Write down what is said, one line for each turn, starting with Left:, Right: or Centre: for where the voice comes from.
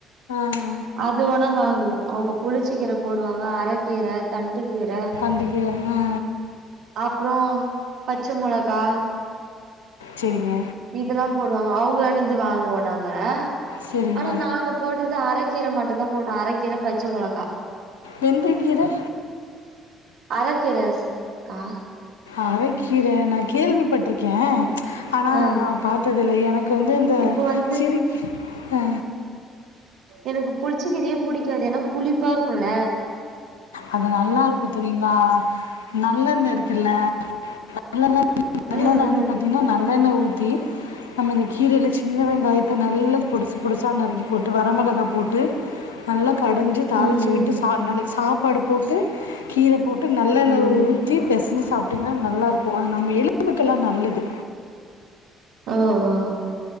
Left: ஆஹ் ஆஹ்
Right: அது ஒனா வாங்குவோம் அவங்க புளிச்சிக்கீர போடுவாங்க அர கீற தண் கீர
Left: தண்டுக்கீரை ஆ, ஆ.
Right: அப்பறம் பச்ச மெளகா
Left: சரிங்க,
Right: இதெல்லாம் போடுவாங்க அவங்கள ந இருந்து வாங்குவோம் நாங்க
Left: சரிங்க.
Right: ஆனா நாங்க போட்டது அரக்கீர மட்டும்தான் போட்டோம் அரக்கீர பச்ச மிளகா
Left: வெந்தயக்கீரை?
Right: அரக்கீர இருக்கா
Left: அரக்கீர ந கேள்விப்பட்ருகேன் ஆனா
Right: ஆ
Left: நா பார்த்தது இல்ல எனக்கு வந்து இத
Right: இப்ப வந்து
Left: சிரி பே
Right: எனகு புளிச்சிக்கிறயே புடிக்காது ஏன்னா புளிப்பா இருக்குல
Left: அது நல்லா இருக்கு தெரியுங்களா நல்லன்ன இருக்குல்ல நல்லண்ண நல்லண்ணவந்து
Right: ம் ம்
Left: பாத்தீங்னா நல்லெண்ண ஊத்தி நம்ம இந்த கீரல சின்ன வெங்காயத்த நல்ல பொடிசு பொடிசா நறுக்கி போட்டு வரமிளகா போட்டு நல்லா கடஞ்சி தாளிச்சி
Right: ம்
Left: விட்டு
Right: ம்
Left: சா நல் சாப்பாடு போட்டு கீரபோட் ட்டுநல்லண்ண
Right: ம்
Left: ஊத்தி பெசஞ்சி தாப்டீங்னா நல்லா இருக் ஓ நம்ம எலும்புக்கெல்லா நல்லது
Right: ஓஹ் அஹ்